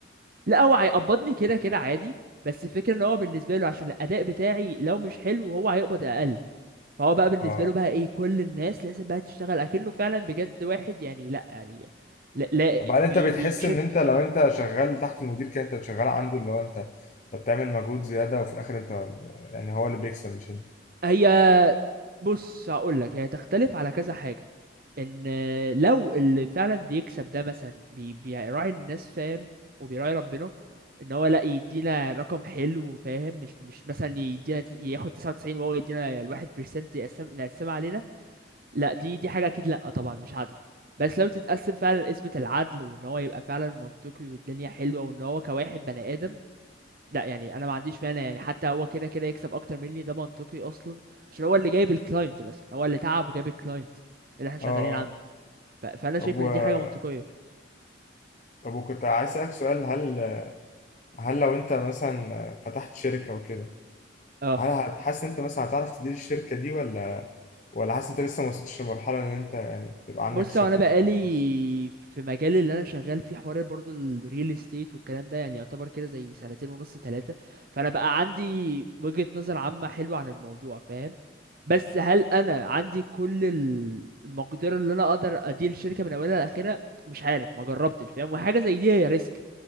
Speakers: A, on the right (about 50°); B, on the left (about 40°).
A: لا هو هيقبضني كده كده عادي بس الفكره ان هو بالنسبه له عشان الاداء بتاعي لو مش حلو هو هيقبض اقل فهو بقى بالنسبه
B: اه
A: له بقى ايه كل الناس لازم بقى تشتغل اكنه فعلا بجد واحد يعني لا يعني لا, لا
B: طب هل
A: بي
B: انت بتحس
A: بيتشك
B: ان انت لو انت شغال تحت المدير كده انت شغال عنده اللي هو انت انت بتعمل مجهود زيادة وفي الاخر انت يعني هو اللي بيكسب مش انت
A: هي بص هقول لك هي تختلف على كذا حاجه ان لو اللي فعلا بيكسب ده مثلا بي بيراعي الناس فاهم وبيراعي ربنا ان هو لا يدينا رقم حلو فاهم مش مش مثلا يدينا تس- ياخد 99 وهو يدينا الواحد بيرسنت يقسم نقسمها علينا لا دي دي حاجه اكيد لا طبعا مش عادله بس لو تتقسم فعلا قسمة العدل وان هو يبقى فعلا منطقي والدنيا حلوه وان هو كواحد بني ادم لا يعني انا ما عنديش مانع يعني حتى هو كده كده يكسب اكتر مني ده منطقي اصلا عشان هو اللي جايب الكلاينت بس هو اللي تعب وجايب الكلاينت اللي احنا
B: اه
A: شغالين
B: آه.
A: عنده ف... فانا شايف
B: طب و...
A: ان دي حاجه منطقيه
B: طب وكنت عايز اسالك سؤال هل هل لو انت مثلا فتحت شركه وكده
A: اه
B: هل هتحس ان انت مثلا هتعرف تدير الشركه دي ولا ولا حاسس ان انت لسه ما وصلتش لمرحله ان انت يعني تبقى عندك
A: بص
B: شركتك
A: هو انا بقالي
B: الخاصه
A: في مجال اللي انا شغال فيه حوار برضه الريل استيت والكلام ده يعني يعتبر كده زي سنتين ونص ثلاثه فانا بقى عندي وجهه نظر عامه حلوه عن الموضوع فاهم بس هل انا عندي كل ال- المقدره اللي انا اقدر ادير الشركه من اولها لاخرها مش عارف ما جربتش فاهم وحاجه زي دي هي ريسك